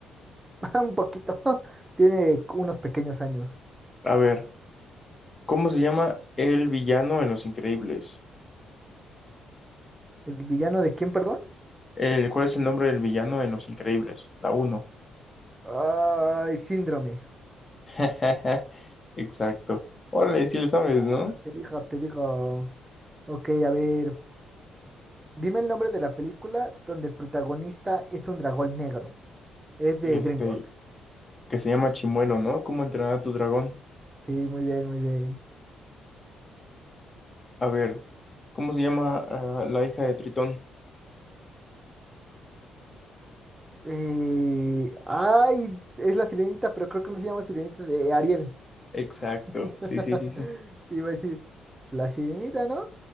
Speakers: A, on the right (about 20°); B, on the left (about 25°).
A: <laughs> Un poquito. <laughs> Tiene unos pequeños años.
B: A ver, ¿cómo se llama el villano en Los Increíbles?
A: ¿El villano de quién, perdón?
B: El, ¿cuál es el nombre del villano en Los Increíbles? La uno.
A: Ay, síndrome.
B: <laughs> Exacto. Órale, sí le sabes,
A: Ah,
B: ¿no?
A: te digo, te digo. Ok, a ver. Dime el nombre de la película donde el protagonista es un dragón negro. Es de
B: Este,
A: DreamWorks.
B: que se llama Chimuelo, ¿no? ¿Cómo entrenar a tu dragón?
A: Sí, muy bien, muy bien.
B: A ver, ¿cómo se llama ah, la hija de Tritón?
A: Eh, ay, es la sirenita, pero creo que no se llama sirenita, de Ariel.
B: Exacto,
A: <laughs>
B: sí, sí, sí, sí.
A: Te iba a decir, la sirenita, ¿no?